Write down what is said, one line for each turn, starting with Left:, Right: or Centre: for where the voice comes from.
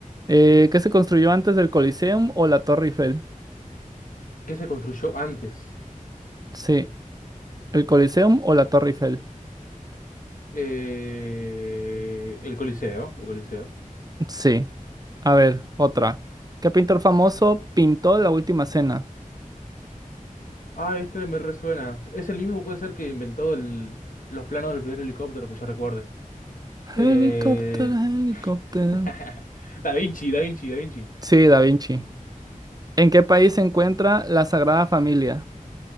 Right: Eh, ¿qué se construyó antes del Coliseum o la Torre Eiffel?
Left: ¿Qué se construyó antes?
Right: Sí, el Coliseum o la Torre Eiffel.
Left: Eh, el Coliseo, el Coliseo.
Right: Sí, a ver, otra. ¿Qué pintor famoso pintó la última cena?
Left: Ah, este me resuena. Es el mismo, puede ser que inventó el, los planos del primer helicóptero que yo recuerde. Eh...
Right: Helicóptero, helicóptero.
Left: <laughs> Da Vinci, Da Vinci, Da Vinci.
Right: Sí, Da Vinci. ¿En qué país se encuentra la Sagrada Familia?